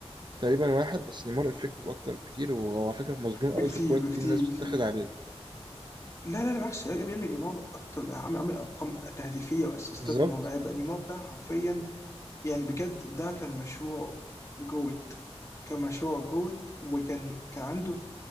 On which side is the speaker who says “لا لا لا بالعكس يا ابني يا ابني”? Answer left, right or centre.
Left